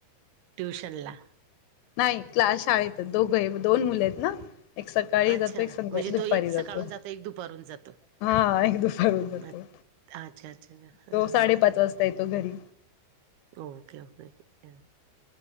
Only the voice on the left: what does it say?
नाही क्लास शाळेत. दोघही दोन मुले आहेत ना‌. एक सकाळी
जातो, एक संध्या
दुपारी
जातो.
हा एक दुपारून जातो,
तो साडेपाच
वाजता येतो घरी.